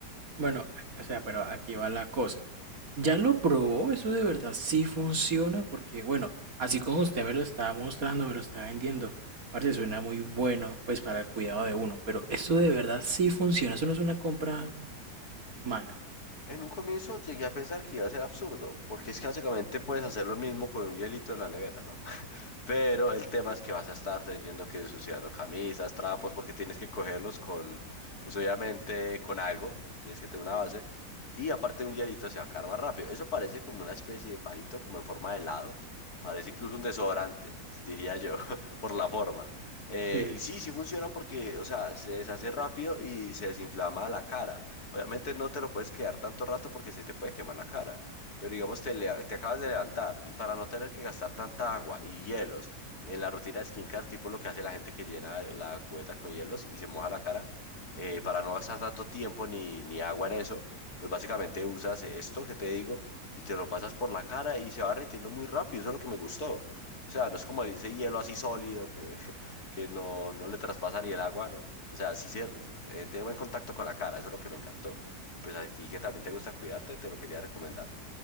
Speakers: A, on the right (about 55°); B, on the left (about 60°).
A: Bueno, o sea, pero aquí va la cosa. ¿Ya lo probó? ¿Eso de verdad sí funciona? Porque, bueno, así como usted me lo está mostrando, me lo está vendiendo, parece suena muy bueno, pues para el cuidado de uno, pero eso de verdad sí funciona, eso no es una compra mala.
B: En un comienzo llegué a pensar que iba a ser absurdo, porque es que básicamente puedes hacer lo mismo con un hielito en la nevera, ¿no? <laughs> Pero el tema es que vas a estar teniendo que ensuciando camisas, trapos, porque tienes que cogerlos con, pues obviamente con algo, tienes que tener una base. Y aparte de un hielito se va a caer más rápido. Eso parece como una especie de palito, como en forma de helado. Parece incluso un desodorante, diría yo, <laughs> por la forma. Eh,
A: Sí.
B: y sí, sí funciona porque, o sea, se deshace rápido y se desinflama la cara. Obviamente no te lo puedes quedar tanto rato porque se te puede quemar la cara. Pero digamos, te, lea- te acabas de levantar y para no tener que gastar tanta agua y hielos en la rutina de skincare, tipo lo que hace la gente que llena la cubeta con hielos y se moja la cara, eh, para no gastar tanto tiempo ni, ni agua en eso, pues básicamente usas esto que te digo y te lo pasas por la cara y se va derritiendo muy rápido. Eso es lo que me gustó. O sea, no es como ese hielo así sólido que, <laughs> que no, no le traspasa ni el agua, ¿no? O sea, sí se, eh, tiene buen contacto con la cara, eso es lo que me encantó. Y pues a ti que también te gusta cuidarte, te lo quería recomendar.